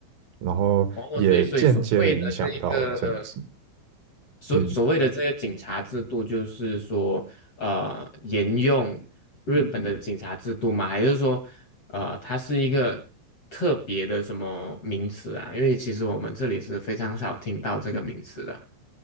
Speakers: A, on the right (about 75°); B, on the left (about 45°).
A: 然后也间接的影响到政治。
B: 哦，所以所以所谓的这一个所所谓的这个警察制度，
A: 嗯，
B: 就是说呃沿用日本的警察制度吗？还是说呃它是一个特别的什么名词啊？因为其实我们这里是非常少听到这个名词的。